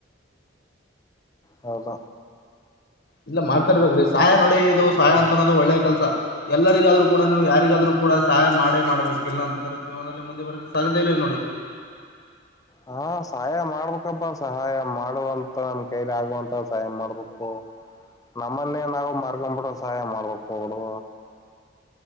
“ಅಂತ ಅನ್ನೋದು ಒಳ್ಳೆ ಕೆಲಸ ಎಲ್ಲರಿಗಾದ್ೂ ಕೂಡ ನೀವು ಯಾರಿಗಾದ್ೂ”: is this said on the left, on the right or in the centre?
Left